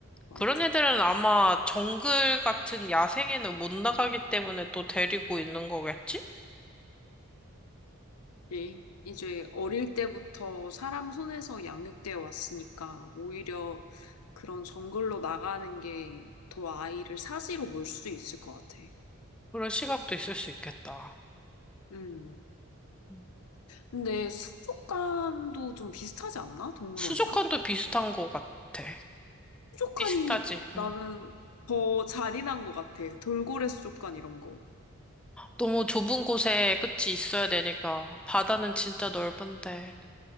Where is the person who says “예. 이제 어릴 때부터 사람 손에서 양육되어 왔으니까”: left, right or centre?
Left